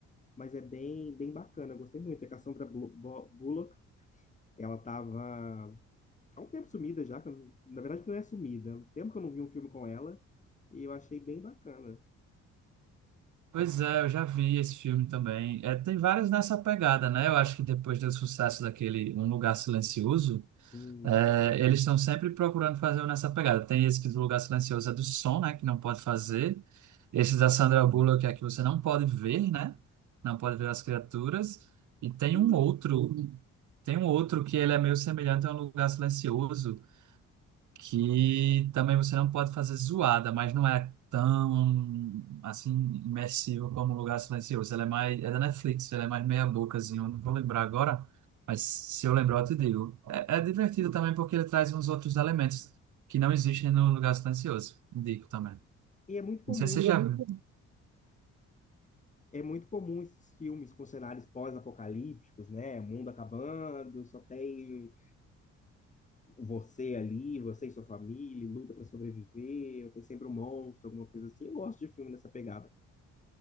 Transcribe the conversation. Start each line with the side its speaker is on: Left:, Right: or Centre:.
Left: mas é bem, bem bacana, eu gostei muito. A Cassandra Blu- Bo- Bullock, ela tava há um tempo sumida já, que eu- na verdade não é sumida, há um tempo que eu não vi um filme com ela, e eu achei bem bacana.
Right: Pois é, eu já vi esse filme também. É, tem vários nessa pegada, né? Eu acho que depois do sucesso daquele Um Lugar Silencioso,
Left: Sim.
Right: é, eles estão sempre procurando fazer um nessa pegada. Tem esse que do Lugar Silencioso é do som, né? Que não pode fazer. Esse
Left: é.
Right: da Sandra Bullock é que você não pode ver, né? Não pode ver as criaturas. E tem
Left: E,
Right: um outro, tem um outro que ele é meio semelhante a Um Lugar Silencioso que também você não pode fazer zoada, mas não é tão assim imersivo como um Lugar Silencioso. Ela é mais é da Netflix, ela é mais meia bocazinha, eu não vou lembrar agora, mas se eu lembrar eu te digo. É, é divertido também porque ele traz uns outros elementos que não existem no Lugar Silencioso. Indico também.
Left: e é muito comum,
Right: Não sei se você
Left: esse-
Right: E é já muito viu.
Left: é muito comum esses filmes com cenários pós-apocalípticos, né? Mundo acabando, só tem você ali, você e sua família, luta pra sobreviver, ou tem sempre um monstro, alguma coisa assim. Eu gosto de filme nessa pegada.